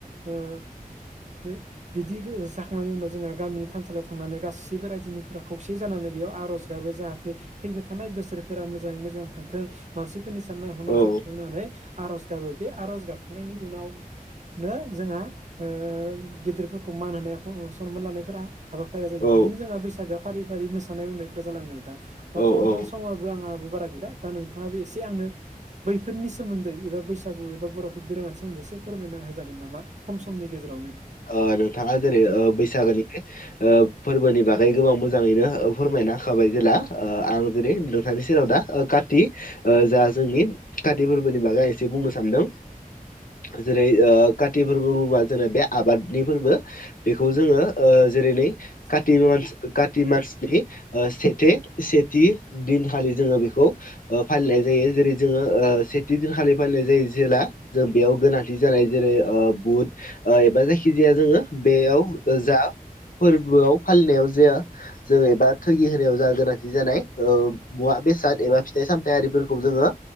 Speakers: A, on the right (about 50°); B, on the left (about 65°).
A: ओ होम बिदि जाखांनायनि उनाव जोङो गामिनि थानसालियाव थांनानै गासैबो रायजोनिफोरा खौसे जानानै बेयाव आर'ज जाहाथे फैबाय थानाय बोसोरफोरा मोजाङै मोजां थांथों मानसिफोरनि साननाय हनाय
B: औ
A: जा होन्नानै आर'ज गाबो बे आर'ज गाबखांनायनि उनावनो जोंहा ओ गेदेरफोरखौ मान होनाया सनमान लानायफोरा हाबाफारिया जायो
B: औ
A: बिदिनो जोंहा बैसागु फारि-फारि मोसानायनायफ्रा जालाङो नोंथां
B: औ
A: दाथ' नोंथां समाबो आंहाबो बारा गैला दा नोंथाङाबो एसे आंनो बैफोरनि सोमोन्दै एबा बैसागु एबा बर'फोरनि दोरोङारि सोमोन्दै एसे फोरमायना होजागोन नामा खम समनि गेजेरावनो
B: ओ नोंथाङा जेरै ओ बैसागोनि ओ फोरबोनि बागै गोबां मोजाङैनो फोरमायना होखाबाय जेला ओ आं दिनै नोंथांनि सेराव दा काति जा जोंनि काति फोरबोनि बागै एसे बुंनो सानदों जेरै काति फोरबो मुङा जोंे बे आबाद नि फोरबो बेखौ जोङो ओ जेरै नै
A: आदसा
B: काति मासनि काति मासनि सेथे-सेथि दिनखालि जोङो बेखौ ओ फालिनाय जायो जेरै जोङो ओ सेथि दिनखालि फालिनाय जायो जेला जों बेयाव गोनांथि जानाय जेरै ओ बुट एबा जायखि जायखिजाया जोङो बेयाव
A: औ नोंथां
B: जा फोरबोआव फालिनायाव जाया जोङो एबा थुगि होनायाव जोंहा गोनांथि जानाय मुवा बेसाद एबा फिथाइ सामथाइ आरिफोरखौ जोङो